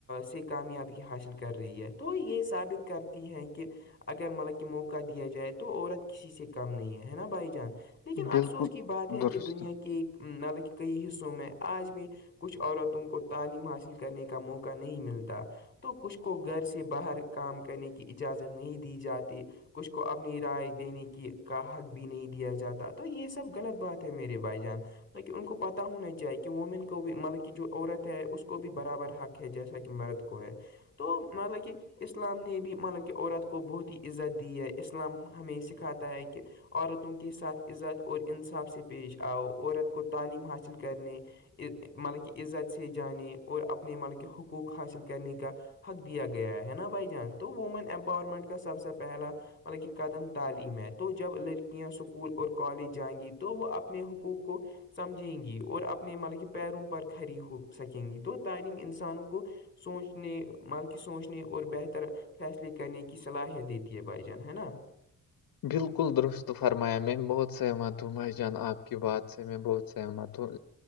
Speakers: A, on the left; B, on the left.
A: سے کامیابی حاصل کر رہی ہے تو یہ ثابت کرتی ہیں کہ- اگر مطلب کہ موقع دیا جائے تو عورت کسی سے کم نہیں ہے ہے نا بھائی جان لیکن افسوس
B: بالکل
A: کی بات ہے
B: درست
A: کہ دنیا کے حالانکہ کئی حصوں میں آج بھی کچھ عورتوں کو تعلیم حاصل کرنے کا موقع نہیں ملتا تو کچھ کو گھر سے باہر کام کرنے کی اجازت نہیں دی جاتی کچھ کو اپنی رائے دینے کی کا حق بھی نہیں دیا جاتا تو یہ سب غلط بات ہے میرے بھائی جان لیکن ان کو پتا ہونا چاہیے کہ وومین کو بھی مطلب کہ جو عورت ہے اس کو بھی برابر حق ہے جیسا کہ مرد کو ہے تو مطلب کہ اسلام نے بھی مطلب کہ عورت کو بہت ہی عزت دی ہے اسلام ہمیں یہ سکھاتا ہے کہ عورتوں کے ساتھ عزت اور انصاف سے پیش آؤ عورت کو تعلیم حاصل کرنے مطلب کہ عزت سے جانے اور اپنے مطلب کہ حقوق حاصل کرنے کا حق دیا گیا ہے نا بھائی جان تو وومن امپاورمنٹ کا سب سے پہلا مطلب کہ قدم تعلیم ہے تو جب لڑکیاں اسکول اور کالج جائیں گی تو وہ اپنے حقوق کو سمجھیں گی اور اپنے مطلب کے پیروں پر کھڑری ہو سکیں گی تو تعلیم انسانوں کو سوچنے مال کی سوچنے اور بہتر فیصلے کرنے کی صلاحیت دیتی ہے بھائی جان ہے نا
B: بالکل درست فرمایا میں بہت سہمت ہوں بھائی جان آپ کی بات سے میں بہت سہمت ہوں